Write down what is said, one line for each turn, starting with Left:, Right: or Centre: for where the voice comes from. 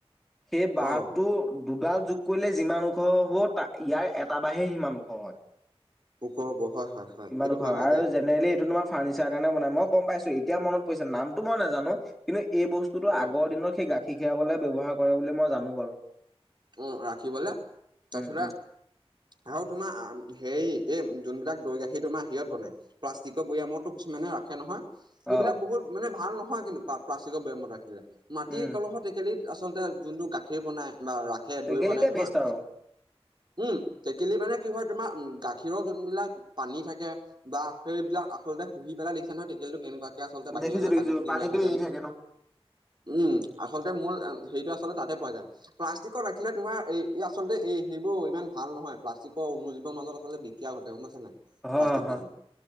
Centre: সেই বাঁহটো।
Right: অ
Centre: দুডাল যোগ কৰিলে যিমান ওখ হ'ব, ত' ইয়াৰ এটা বাহে সিমান ওখ হয়।
Right: ওখ হ'ব হয় হয় হয়
Centre: ইমান
Right: সেইটো
Centre: ওখ
Right: হয় বাৰু
Centre: আৰু
Right: দেই
Centre: জেনেৰেলি এইটো তোমাৰ। ফাৰণিচাৰ কাৰণে বনাই মই গম পাইছো এতিয়া মনত পৰিছে নামটো মই নাজানো কিন্তু এই বস্তু। বস্তুতো
Right: উম
Centre: আগৰ দিনত সেই গাখীৰ খীৰাবলৈ ব্যৱহাৰ কৰে বুলি মই জানো বাৰু।
Right: উম ৰাখিবলে তাৰপিছতেই।
Centre: উম উম
Right: আৰু তোমাৰ হেৰি এই যোনবিলাক দৈ গাখীৰ তোমাৰ হিৰত বনাই। প্লাষ্টিকৰ বৈয়ামতো কিছুমানে ৰাখে নহয়। সেইবিলাক
Centre: অ
Right: বহুত মানে ভাল নহয় কিন্তু প্লাষ্টিকৰ বেয়ামত ৰাখিলে মাটি
Centre: উম
Right: কলহৰ টেকেলি। আচলতে যোনটো গাখীৰ বনায় বা ৰাসে
Centre: টেকেলিতে
Right: দৈ বনায় নহয়
Centre: বেষ্ট আৰু
Right: উম, টেকেলি মানে কি হয় তোমাৰ গাখীৰৰ যোনবিলাক পানী থাকে। বা সেইবিলাক আচলতে শুহি পেলাই দিছে নহয় তেকেলতটো কেনেকুৱা। তেতিয়া আচলতে বাহিৰলৈ
Centre: দেখিছো দেখিছো
Right: পানী খিনি
Centre: পানীটো
Right: ওলাই থাকে।
Centre: এৰি ন
Right: উম, আচলতে মোৰ হেৰিটো আচলতে তাতে পোৱা যায়। প্লষ্টিকৰ ৰাখিলে তোম এই আচলতে এই সেইবোৰ ইমান ভাল নহয় প্লাষ্টিকৰ উন্মোীৱৰ মাজত আচলতে বিকীয়া ঘটে গম নাইছা নাই?
Centre: অ'
Right: প্লাষ্টিক
Centre: হয়
Right: খিনি